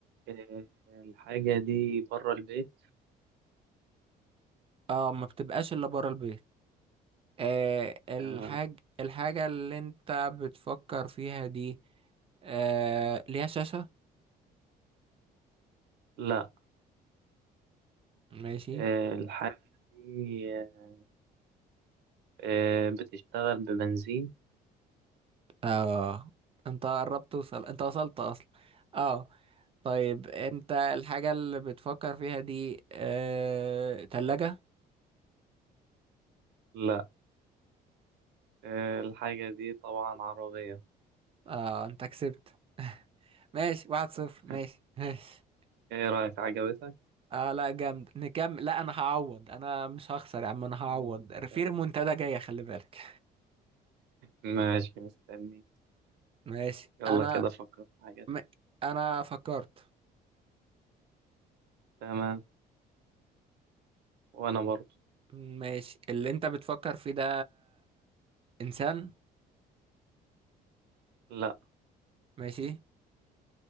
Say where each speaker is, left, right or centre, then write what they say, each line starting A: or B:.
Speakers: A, on the right (about 80°); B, on the right (about 35°).
A: اه الحاجة دي بره البيت
B: اه ما بتبقاش الا بره البيت آه، الحاج
A: تمام
B: الحاجة اللي انت بتفكر فيها دي آه، ليها شاشة
A: لا
B: ماشي
A: اه الحاجة دي آه، آه، بتشتغل ببنزين
B: اه انت قربت توصل انت وصلت اصلا اه طيب انت الحاجة اللي بتفكر فيها دي آه... تلاجة
A: لا آه، الحاجة دي طبعا عربية
B: اه انت كسبت ماشي واحد صفر
A: صح
B: ماشي ماشي
A: ايه رأيك عجبتك
B: اه لا جامد نكمل لا انا هعوض انا مش هخسر يا عم انا هعوض
A: مم،
B: في
A: جامد.
B: منتدى جاية خلي بالك
A: ماشي مستني
B: ماشي
A: يلا
B: انا
A: كده فكر في حاجات
B: م... انا فكرت
A: تمام وانا برضو
B: ماشي اللي انت بتفكر فيه ده انسان
A: لا
B: ماشي